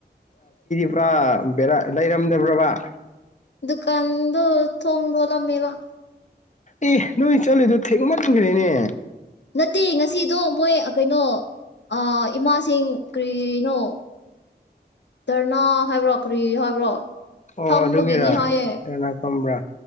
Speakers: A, on the left (about 45°); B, on the left (about 85°).
A: ꯄꯨꯔ ꯕꯦꯔꯥ ꯂꯩꯔꯝꯗꯕ꯭ꯔꯕ
B: ꯗꯨꯀꯥꯟꯗꯨ ꯊꯣꯡ ꯂꯣꯜ ꯂꯝꯃꯤꯕ
A: ꯑꯦ ꯅꯣꯏ ꯆꯠꯂꯤꯗꯨ ꯊꯦꯡꯃꯟꯈ꯭ꯔꯦꯅꯦ
B: ꯅꯠꯇꯦ ꯉꯁꯤꯗꯣ ꯃꯣꯏ ꯀꯩꯅꯣ ꯑ ꯏꯃꯥꯁꯤꯡ ꯀꯔꯤꯅꯣ ꯙꯔꯅ ꯍꯥꯏꯕ꯭ꯔꯣ ꯀꯔꯤ ꯍꯥꯏꯕ꯭ꯔꯣ
A: ꯑꯣ
B: ꯐꯝꯕꯒꯤꯅꯤ
A: ꯑꯗꯨꯒꯤꯔꯥ
B: ꯍꯥꯏꯌꯦ
A: ꯑ ꯂꯥꯛꯄꯕ꯭ꯔꯥ